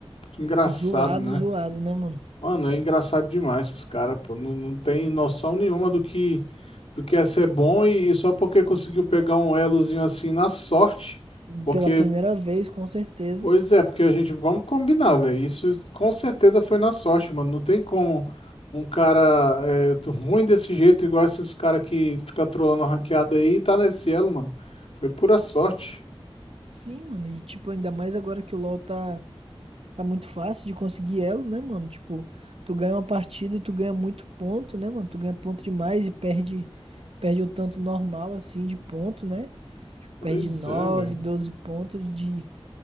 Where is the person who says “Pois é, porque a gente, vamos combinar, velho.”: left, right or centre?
Left